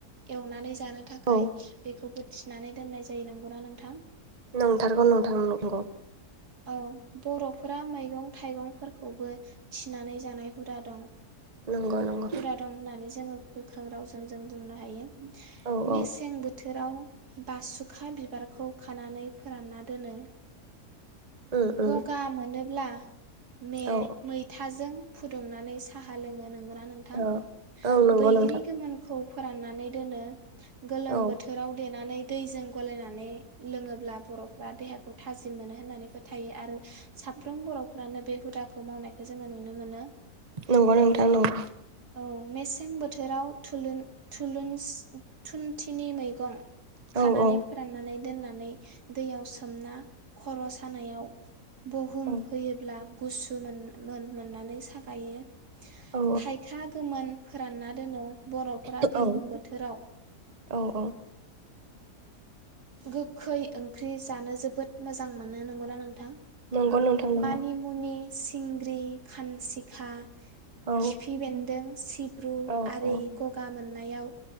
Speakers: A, on the right; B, on the right.
A: एवनानै जानो थाखाय
B: औ
A: बेखौबो थिनानै दोननाय जायो नंगौना नोंथां?
B: नंथारगौ नोंथां नंगौ।
A: औ बर'फोरा मैगं थाइगंफोरखौबो थिनानै जानाय हुदा दं।
B: नंगौ नंगौ
A: फुरा दं होननानै जोङो गोख्रों रावजों जों बुंनो हायो
B: औ औ
A: मेसें बोथ थोराव बासुखा बिबारखौ खानानै फोरानना दोनो।
B: उम
A: गगा
B: उम
A: मोनोब्ला <unintelligible> मे
B: औ
A: मै जों फुदुंनानै साहा लोङो नोंगौना? नोंथां
B: औ औ नंगौ
A: बैग्रि
B: नोंथां
A: गोमोनखौ फोराननानै दोनो। गोलोम
B: औ
A: बोथोराव देनानै दैजों गलायनानै लोङोब्ला बर'फ्रा देहाखौ थाजिम मोनो होननानै फोथायो आरो साफ्रोम बर'फ्रानो बे हुदाखौ खम मावनाय <unintelligible> <inaudible> बेखौ जोङो नुनो मोनो।
B: नंगौ नोंथां नंगौ।
A: औ मेसें बोथोराव थुुनथिनि मैगं
B: औ
A: खानानै
B: औ
A: फोराननानै दोननानै दैयाव सोमना खर' सानायाव बुहुम
B: औ
A: होयोब्ला गुसुमोन। मोन मोननानै सागायो।
B: औ
A: थाइखा गोमोन फोरानना दोनो बर'फोरा गोलोम
B: औ
A: बोथोराव।
B: औ औ
A: गोखै ओंख्रि जानो जोबोद मोजां मोनो नंगौना नों थां
B: नंगौ नोंथां नंगौ
A: मानि मुनि इग्रि खानसिखा।
B: औ
A: खिफि बेन्दों। सिप रु
B: औ
A: आरि
B: औ
A: गगा मोन नायाव